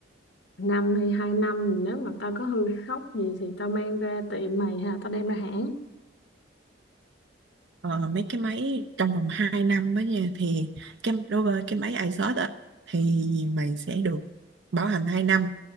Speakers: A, on the left; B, on the right.
A: năm hay hai năm nếu mà tao có hư <laughs> hóc gì thì tao mang ra tiệm mày hay là tao đem ra hãng
B: Ờ, mấy cái máy trong vòng 2 năm đó nha thì cái đối với cái máy iSort á thì mày sẽ được bảo hành hai năm